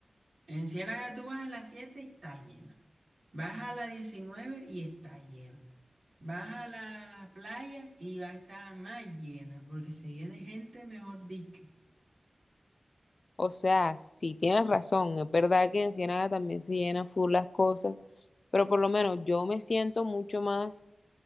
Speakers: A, on the right; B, on the left.
A: En Ciénaga tú vas a las 7 y está llena. Vas a las 19 y está llena. Vas a la playa y va a estar más llena porque se viene gente, mejor dicho.
B: O sea, sí tienes razón, es verdad que en Ciénaga también se llenan full las cosas, pero por lo menos yo me siento mucho más